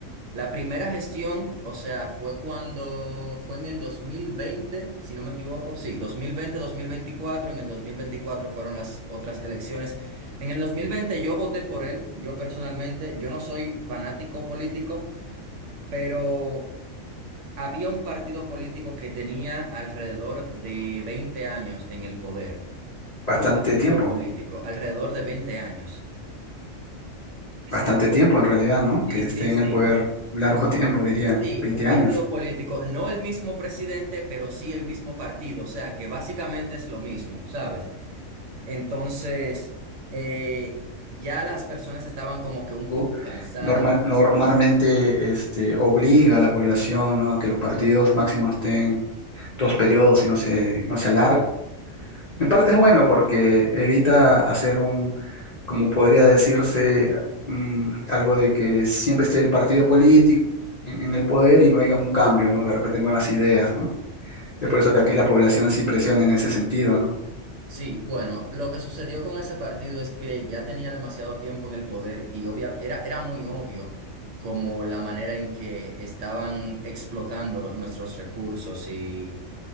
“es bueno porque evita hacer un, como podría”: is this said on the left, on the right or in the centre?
Left